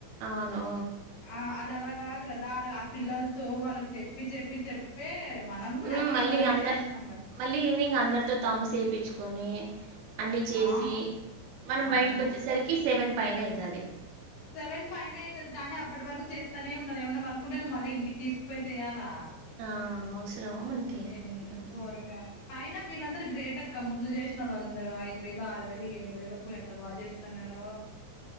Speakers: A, on the right (about 75°); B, on the left (about 65°).
A: ఔనూ
B: ఆ అదలా కాదు కదా ఆడ ఆ పిల్లల్తో వాళ్ళకి చెప్పి చెప్పి చెప్పి ప్పే మనం కూడా
A: ఉమ్,
B: అట్లే
A: మళ్ళీ
B: మనమే
A: అందరు
B: చేష్నాం కదా
A: మళ్ళీ ఈవినింగ్ అందరితో తంబ్స్ ఏపిచ్కొని అన్ని చేసి
B: ఆ
A: మనం
B: అవును
A: బైటకొచ్చేసరికి సెవెన్ పైనే ఐతాది
B: సెవెన్ పైన ఐతది కానీ అప్పటి వరకు చేస్తానే ఉండాలి ఎవైనా వర్కుంటే నువ్వు మళ్ళ ఇంటికి తీస్కపోయి చేయాలా
A: ఆ అవసరమా మనకి
B: ఎందుకు
A: ఉమ్.
B: ఊరికే అయినా వీళ్ళందరూ గ్రేట్ అక్క ముందు చేష్నోళ్ళందరూ ఐదు వేలు ఆరు వేలు ఏడు వేలకు ఎంత బా చేస్తాన్నారో